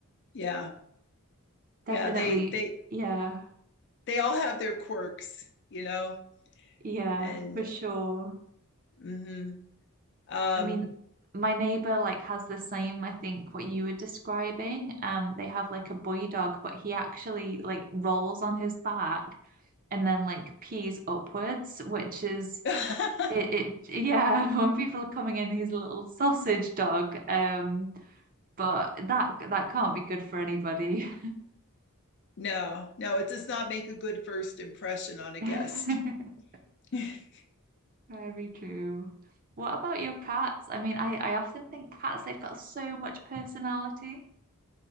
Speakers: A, on the left; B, on the right.
A: Yeah.
B: Definitely,
A: Yeah. They they
B: yeah,
A: they all have their quirks, you know,
B: yeah,
A: and
B: for sure.
A: hmm um
B: I mean, my neighbor like has the same, I think, what you were describing. Um, they have like a boy dog, but he actually like rolls on his back and then like pees upwards, which is
A: <laughs>
B: it, it yeah, <laughs> when people are coming in, he's a little sausage dog. Um, but that that can't be good for anybody.
A: no, no, it does not make a good first impression on a
B: <laughs>
A: guest. <laughs>
B: Very true. What about your cats? I mean, I, I often think cats, they've got so much personality.